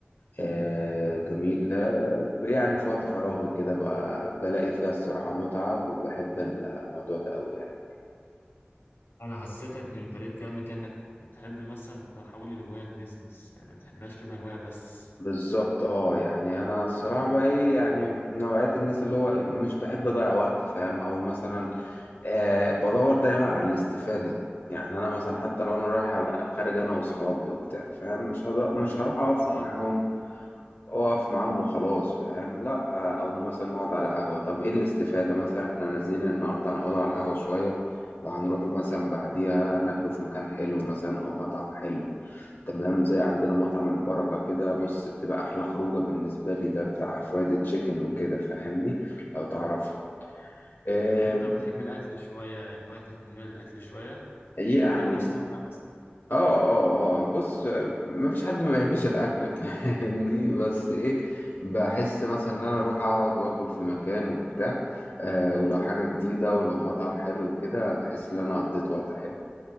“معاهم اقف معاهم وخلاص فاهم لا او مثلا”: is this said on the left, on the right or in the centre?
Left